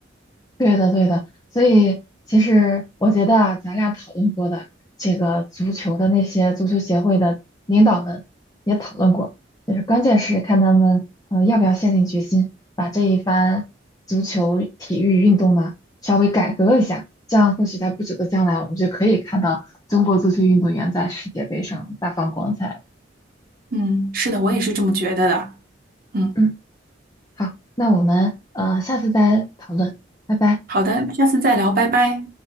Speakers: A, on the left (about 20°); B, on the right (about 50°).
A: 对的，对的，所以其实我觉得啊，咱俩讨论过的这个足球的那些足球协会的领导们也讨论过，就是关键是看他们呃要不要下定决心把这一番足球体育运动呢稍微改革一下，这样或许在不久的将来，我们就可以看到中国足球运动员在世界杯上大放光彩了
B: 嗯，是的，我也是这么觉得的。嗯，
A: 嗯，好，那我们呃下次再讨论，拜拜。
B: 好的，下次再聊，拜拜。